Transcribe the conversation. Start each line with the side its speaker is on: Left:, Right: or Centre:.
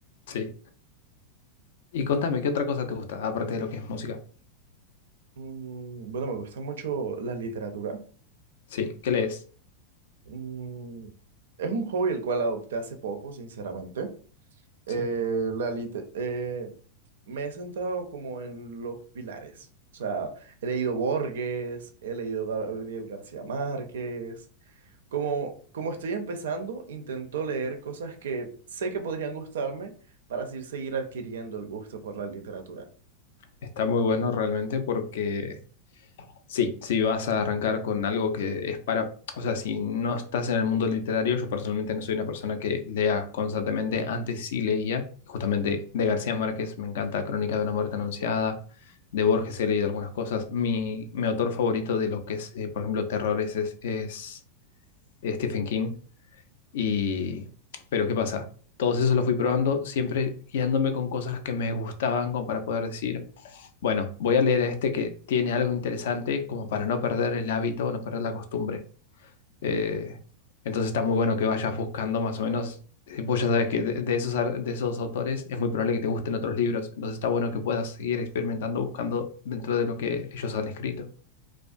Left: Sí. Y contame, ¿qué otra cosa te gusta, aparte de lo que es música?
Right: Mm, bueno, me gusta mucho la literatura.
Left: Sí, ¿qué lees?
Right: Mm, es un hobby el cual adopté hace poco, sinceramente. Eh,
Left: Sí.
Right: la lite- eh, me he centrado como en los pilares. O sea, he leído Borges, he leído Gabriel García Márquez. Como, como estoy empezando, intento leer cosas que sé que podrían gustarme para así seguir adquiriendo el gusto por la literatura.
Left: Está muy bueno realmente porque Sí, si vas a arrancar con algo que es para, o sea, si no estás en el mundo literario, yo personalmente no soy una persona que lea constantemente, antes sí leía, justamente de García Márquez me encanta Crónica de una muerte anunciada, de Borges he leído algunas cosas, mi, mi autor favorito de lo que es, eh, por ejemplo, terrores es, es Stephen King, y, pero ¿qué pasa? Todos esos los fui probando, siempre guiándome con cosas que me gustaban como para poder decir bueno, voy a leer este que tiene algo interesante como para no perder el hábito o no perder la costumbre. Eh, entonces está muy bueno que vayas buscando más o menos. eh, Vos ya sabes que de, de esos, ar- de esos autores es muy probable que te gusten otros libros. Entonces está bueno que puedas seguir experimentando buscando dentro de lo que ellos han escrito.